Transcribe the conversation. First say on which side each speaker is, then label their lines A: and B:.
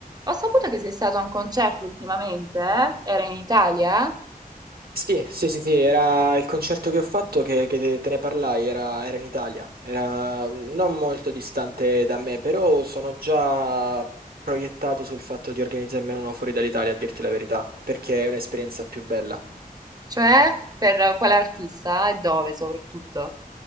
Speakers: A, on the right (about 25°); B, on the right (about 75°).
A: Ho saputo che sei stato a un concerto ultimamente, eh? Era in Italia?
B: Sì, sì, sì, sì, era il concerto che ho fatto che, che te te ne parlai, era, era in Italia, era mm, non molto distante da me, però sono già proiettato sul fatto di organizzarmene uno fuori dall'Italia, a dirti la verità, perché è un'esperienza più bella.
A: Cioè, per quale artista e dove soprattutto?